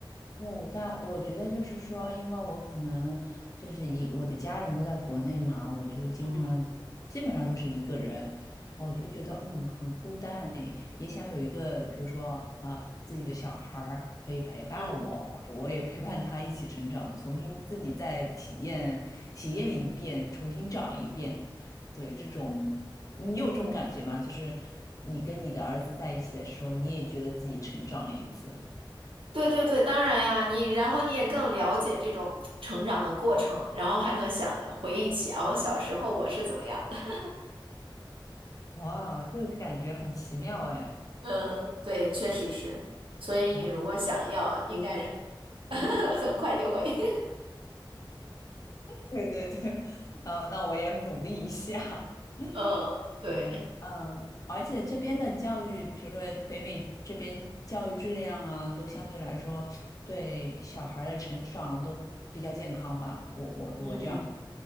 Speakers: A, on the left (about 40°); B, on the right (about 80°).
A: 对，但我觉得就是说，因为我可能就是一我的家人都在国内嘛，我就经常基本上都是一个人，
B: 嗯
A: 我就觉得嗯很孤单诶也想有一个比如说啊自己的小孩儿可以陪伴我，
B: 嗯。
A: 或者我也陪伴他一起成长，重新自己再体验体验一遍，重新找一遍。对，这种你有这种感觉吗？就是你跟你的儿子在一起的时候，你也觉得自己成长了一次。
B: 对对对，当然呀，你然后你也更了解这种成长的过程，然后还能想回忆起哦，小时候我是怎么样的。<laughs>
A: 哇，这个感觉很奇妙哎。
B: 嗯，对，确实是。所以你如果想要，
A: 嗯，
B: 应该是 <laughs> 很快就会。<laughs>
A: 对对对，<laughs> 啊，那我也努力一下。<laughs>
B: 嗯，对，
A: 对，嗯，而且这边的教育，比如说北美这边教育质量啊，都相对来说对小孩儿的成长都比较健康吧。我我我这样觉得
B: 嗯，